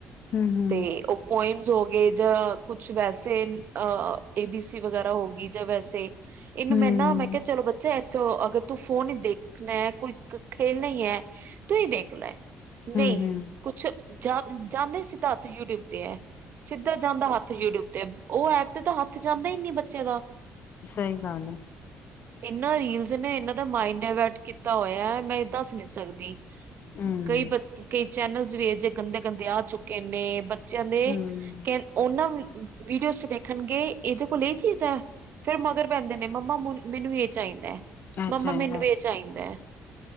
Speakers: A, on the left; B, on the right.
A: ਹੂ ਹੂ
B: ਤੇ ਓ ਪੋਇਮਸ ਹੋ ਗੇ ਜ ਕੁਛ ਵੈਸੇ ਅ ਏ ਬੀ ਸੀ ਵਗੈਰਾ ਹੋਗੀ ਜਾਂ ਵੈਸੇ ਇਨੂੰ
A: ਹਮ ਹਮ
B: ਮੈਂ ਨਾ ਮੈਂ ਕੇਆ ਚਲੋ ਬੱਚਾ ਅਗਰ ਤੂੰ ਫੋਨ ਈ ਦੇਖਣਾ ਐ ਕੋਈ ਖੇਲਣਾ ਈ ਐ ਤੂੰ ਈ ਦੇਖ ਲੈ।
A: ਹੂੰ-ਹੂੰ-ਹੂੰ
B: ਨਈ ਕੁਛ ਜਾ ਜਾਂਦੇ ਸਿਧਾ ਹੱਥ ਯੂਟਿਊਬ ਤੇ ਐ। ਸਿੱਦਾ ਜਾਂਦਾ ਹੱਥ ਯੂਟਿਊਬ ਤੇ ਓ ਐੱਪ ਤੇ ਤਾਂ ਹੱਥ ਜਾਂਦਾ ਈ ਨੀ ਬੱਚੇ ਦਾ
A: ਸਈ ਗੱਲ ਐ।
B: ਇਨਾਂ ਰੀਲਸ ਨੇ ਇਨਾਂ ਦਾ ਮਾਇਡ ਡਾਇਵਰਟ ਕੀਤਾ ਹੋਇਆ ਮੈਂ ਦੱਸ ਨੀ ਸਕਦੀ।
A: ਹੁੰ
B: ਕਈ ਕਈ ਚੈਨਲਸ ਵੀ ਇਹੋ ਜੇ ਗੰਦੇ ਗੰਦੇ ਆ ਚੁੱਕੇ ਨੇ ਬੱਚਿਆਂ ਦੇ
A: ਹੂੰ-ਹੂੰ
B: ਓਨਾਂ ਵੀਡੀਓ ਚ ਦੇਖਣਗੇ ਏਦੇ ਕੋਲ ਏ ਕੀ ਹੇਗਾ। ਫੇਰ ਮਗਰ ਪੈਂਦੇ ਨੇ ਮੰਮਾ ਮੁ ਮੈਨੂੰ ਏ ਚਾਈਦਾ।
A: ਇਹ
B: ਮੰਮਾ
A: ਚਾਹੀਦਾ
B: ਮੈਨੂੰ ਵੀ ਏ ਚਾਈਦੈ।